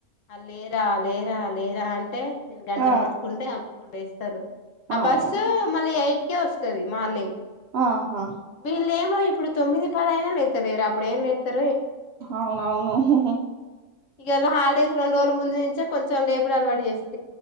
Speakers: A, on the left (about 70°); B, on the right (about 65°).
A: అ లేరా లేరా లేరా అంటే గంట
B: ఆ
A: మొత్తుకుంటే అప్ లేస్తలు ఆ
B: అవునా
A: బస్సు మళ్ళీ ఎయిట్ ఎస్ ఉంటది మార్నింగ్
B: ఆహా
A: ఇళ్ళెమో ఇప్పుడు తొమ్మిది పదైనా లేత్త లేరు అప్పుడు ఏం లేత్తరు
B: అవునవును హు హు
A: ఇయళ హాలిడేస్ రెండు రోజుల ముందు నుంచే కొంచెం లేపుడు అలవాటు చేసిన్